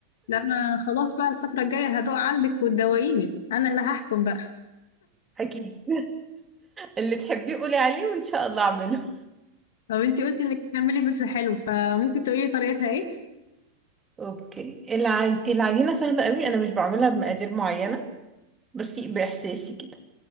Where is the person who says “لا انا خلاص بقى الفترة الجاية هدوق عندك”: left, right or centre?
Left